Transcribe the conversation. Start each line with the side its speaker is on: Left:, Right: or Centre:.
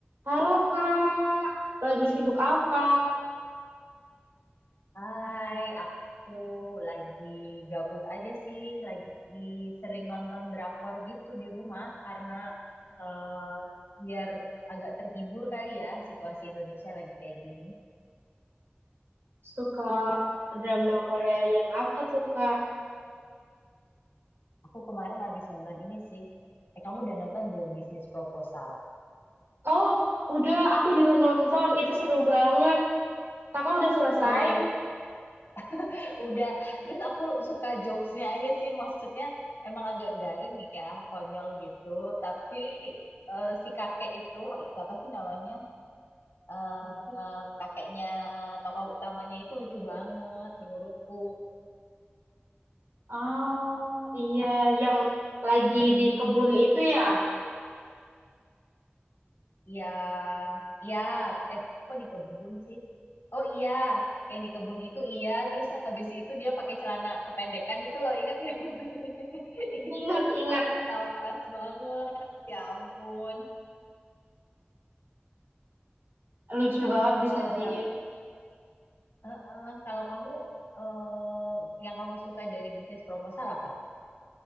Right: Halo Kak, lagi sibuk apa?
Left: Hai, aku lagi gabut aja sih, lagi sering nonton drakor gitu di rumah karena eh, biar agak terhibur kali ya situasi Indonesia lagi kayak gini.
Right: Suka drama Korea yang apa tuh Kak?
Left: Aku kemarin abis nonton ini sih. Eh, kamu udah nonton belum Bisnis Proposal?
Right: Oh, udah aku juga nonton, itu seru banget. Kakak udah selesai?
Left: Iya, lu <laughs> udah. Terus aku suka jokesnya aja sih, maksudnya emang agak garing ya, konyol gitu. Tapi eh, si kakek itu, apa sih namanya? eh eh, kakeknya tokoh utamanya itu lucu banget menurutku.
Right: Oh, iya, yang lagi di kebun itu ya.
Left: Yang, iya, eh kok di kebun sih? Oh iya, yang di kebun itu iya. Terus habis itu dia pakai celana kependekan itu loh, ingat gak sih? <laughs> Itu
Right: Ingat-ingat,
Left: aku ketawa keras banget. Ya ampun.
Right: lucu
Left: Kalau
Right: banget disajiin.
Left: eh, ka- eh, eh, kalau kamu eh, yang kamu suka dari bisnis proposal apa?